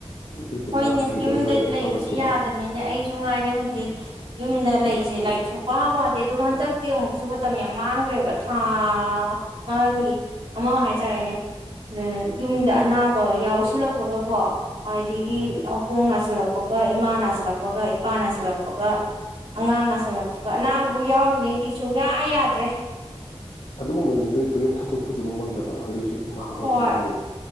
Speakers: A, on the left; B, on the right.
A: ꯑꯗꯨꯗꯨꯅ
B: ꯍꯣꯏꯅꯦ
A: ꯑꯗꯨꯗ
B: ꯌꯨꯝꯗ
A: ꯂꯩꯔꯒ
B: ꯂꯩꯕꯕꯁꯤ
A: ꯇꯧꯔꯁꯤꯔꯥ
B: ꯌꯥꯗꯕꯅꯤꯅꯦ ꯑꯩꯁꯨ ꯉꯥꯏꯔꯦ ꯍꯧꯖꯤꯛ ꯌꯨꯝꯗ ꯂꯩꯁꯦ ꯂꯥꯏꯔꯤꯛ ꯁꯨꯡ ꯄ ꯄꯥꯗꯦ ꯑꯗꯨꯒ ꯍꯟꯗꯛꯇꯤ ꯑꯃꯨꯛꯁꯨ ꯃꯇꯝ ꯌꯥꯝ ꯃꯥꯡꯈ꯭ꯔꯦꯕ ꯊꯥ ꯑꯃꯅꯤ ꯑꯃ ꯍꯥꯏꯇꯥꯔꯦꯅꯦ ꯌꯨꯝꯗ
A: ꯎꯝ
B: ꯑꯅꯥꯕ ꯌꯥꯎꯏ ꯁꯂꯄꯣꯒꯦ ꯀꯣ ꯑꯗꯒꯤꯣꯡ
A: ꯎꯝ
B: ꯉꯁꯤꯜꯂꯛ ꯒ ꯏꯃꯥ ꯅꯥꯁꯤꯜꯂꯛꯄꯒ ꯏꯄꯥ ꯅꯥꯁꯤꯜꯂꯛꯄꯒ ꯑꯉꯥꯡ ꯅꯥꯁꯤꯜꯂꯛꯄꯒ ꯑꯅꯥꯃꯨ ꯑꯣ ꯌꯥꯎꯔꯤꯉꯩꯗꯤ ꯁꯨꯡꯌꯥ ꯌꯥꯗ꯭ꯔꯦ
A: ꯑꯗꯨꯒꯨꯝꯕꯗꯨꯗꯁꯨ ꯍꯦꯛꯇ ꯌꯨꯝ ꯊꯥꯗꯣꯛꯄꯁꯨ ꯑꯃꯨꯛ ꯉꯝꯗꯕ ꯍꯧꯖꯤꯛꯁꯨ ꯈꯨꯕꯥ ꯈꯨꯕꯥꯁꯨ
B: ꯍꯣꯏ
A: ꯅꯥꯔꯤ